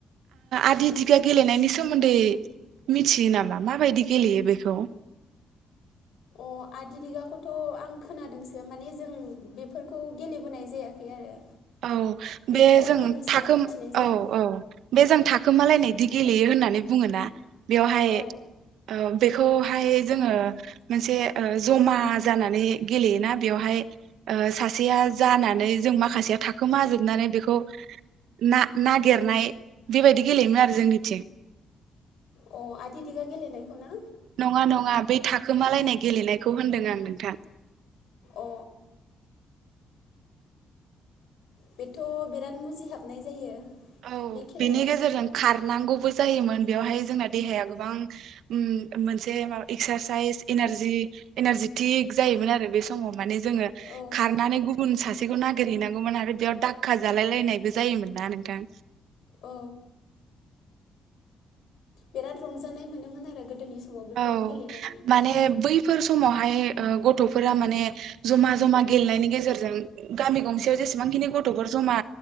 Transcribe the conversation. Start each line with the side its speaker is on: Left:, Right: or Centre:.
Right: आदि दिगा गेलेनायनि सोमोन्दै मिथियो नामा माबायदि गेलेयो बेखौ?
Left: अ आदि दिगाखौथ' आं खोनादोंसो माने जों बे फोरखौ गेलेबोनाय जाया खै आरो।
Right: औ
Left: बेनि
Right: बे
Left: बागै
Right: जों
Left: आं एसेबां
Right: थाखो
Left: मिथिनाय जाया
Right: औ औ बे जों थाख खोमालायनायदि गेलेयो होननानै बुङोना बेवहाय
Left: औ
Right: ओ बेखौहाय जोङो मोनसे ओ ज'मा जानानै गेलेयोना बेवहाय ओ सासेया जानानै जों माखासेया थाखोमा जोबनानै बेखौ ना-नागिरनाय बेबायदि गेलेयोमोन आरो जोंनिथिं।
Left: अ आदि दिगा गेलेनायखौ ना?
Right: नङा नङा बै थाखोमालायनाय गेलेनायखौ होनदों आं नोंथां।
Left: अ बेथ' बिराद मुजिहाबनाय जायो।
Right: औ
Left: बे खेलाया
Right: बेनि गेजेरजों खारनांगौबो जायोमोन बेयावहाय जोंना देहाया गोबां ओम मोनसे माबा एक्सारसाइस एनारजि एनारजिटिक जायोमोन आरो बे समाव माने जोङो
Left: औ
Right: खारनानै गुबुन सासेखौ नागिरहैनांगौमोन आरो बेयाव दाक्का जालाय लायनायबो जायोमोन ना नोंथां।
Left: औ बिराद रंजानाय मोनोमोन आरो गोदोनि समाव बेफोरखौ
Right: औ
Left: गेलेनानै
Right: माने बै फोर समावहाय ओ गथ'फोरा माने ज'मा ज'मा गेलेनायनि गेजेरजों गामि गंसेयाव जेसेबांखिनि गथ'फोर ज'मा